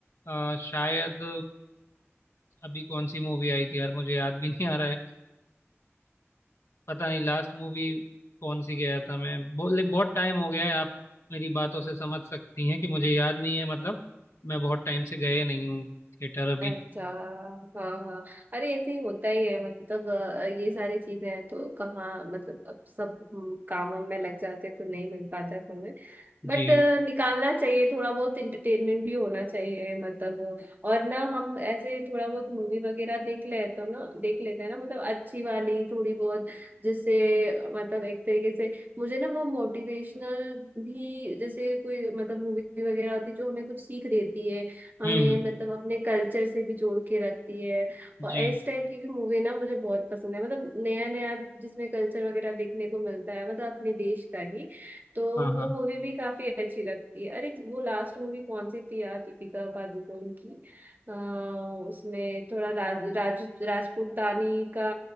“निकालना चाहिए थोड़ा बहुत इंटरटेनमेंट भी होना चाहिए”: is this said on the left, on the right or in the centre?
Right